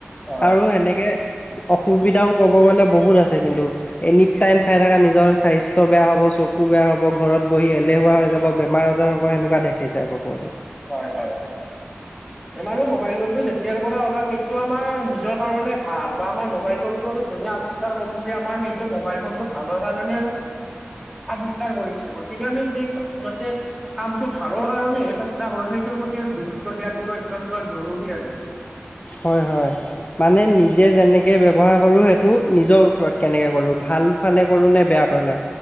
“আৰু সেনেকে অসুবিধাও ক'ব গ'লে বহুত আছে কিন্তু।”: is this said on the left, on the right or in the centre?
Left